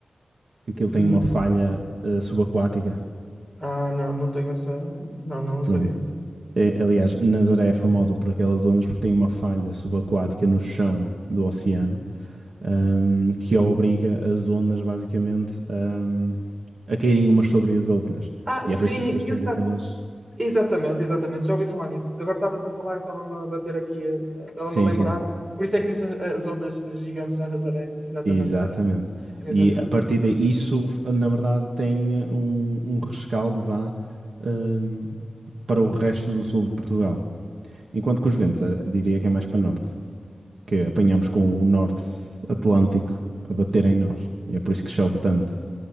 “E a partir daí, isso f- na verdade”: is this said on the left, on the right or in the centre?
Right